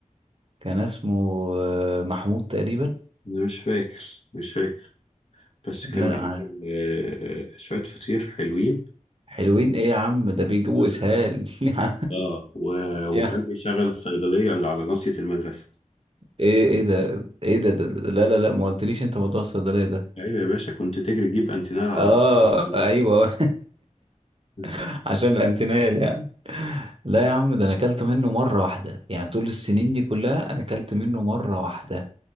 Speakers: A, on the right (about 45°); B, on the left (about 50°).
A: كان اسمه آه، محمود تقريبا
B: أنا مش فاكر مش فاكر بس
A: لا
B: كان بيعمل
A: ع-
B: آه، شوية فطير حلوين
A: حلوين ايه يا عم ده بيجيبوا
B: و...
A: اسهال <laughs>
B: اه و... وكان
A: يا
B: بيشغل الصيدلية اللي على ناصية المدرسة
A: ايه ايه ده ايه ده, ده, ده لا لا لا ما قلتليش انت موضوع الصيدليه ده
B: أيوة يا باشا كنت تجري تجيب أنتينال على
A: اه
B: ناصية المدرسة
A: ايوه
B: <laughs>
A: <laughs> عشان الانتينال يعني لا يا عم ده انا اكلت منه مره واحده يعني طول السنين دي كلها انا اكلت منه مره واحده